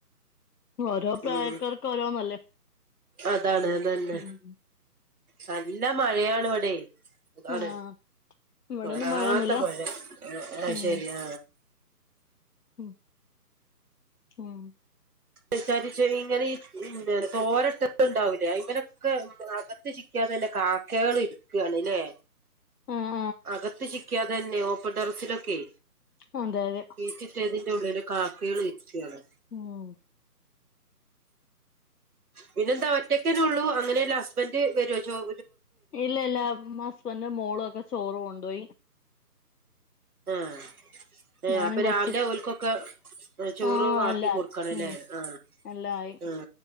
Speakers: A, on the left (about 70°); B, on the right (about 65°).
A: ഓരോ പ്രായക്കാർക്കും
B: ഉം
A: ഓരോന്നല്ലേ
B: അതാണ് അതന്നെ
A: ഉം
B: നല്ല മഴയാണ് ഇവിടെ അതാണ്
A: ആഹ് ഇവിടെന്നും
B: തോരാത്ത
A: മഴയൊന്നുല്ല
B: മഴ ആ ആ
A: ഉം
B: ശരിയാ
A: ഉം ഉം
B: വിചാരിച്ച് ഇങ്ങനെ ഈ ഉ തോരട്ടൊക്കെ ഉണ്ടാവില്ലേ അയിമലൊക്കെ അകത്ത് ചിക്കാതെ ഇല്ല കാക്കകൾ ഇരിക്കുകയാണ് ല്ലേ
A: ആഹ്
B: അകത്ത് ശിക്കാതെ തന്നെ ഓപ്പൺ ടെറസിലൊക്കെ
A: ആഹ് അതെ അതെ
B: വിരിച്ചിട്ടേതിന്റെ ഉള്ളില് കാക്കകൾ ഇരിക്കയാണ്
A: ഉം
B: പിന്നെന്താ ഒറ്റക്കന്നെ ഉള്ളൂ അങ്ങനെല്ല ഹസ്ബന്ഡ് വരുവോ ചോർ
A: ഇല്ല ഇല്ല ഹസ്ബന്ഡന്റും മോളും ഒക്കെ ചോറും കൊണ്ടുപോയി
B: ആ
A: ഞാനും
B: അപ്പൊ രാവിലെ
A: കൊച്ചും
B: ഓല്കൊക്കെ ചോറ്
A: ആഹ്
B: ആക്കി
A: അല്ല
B: കൊടുക്കണം അല്ലേ
A: ഉം
B: ആ
A: എല്ലാം ആയി
B: ആ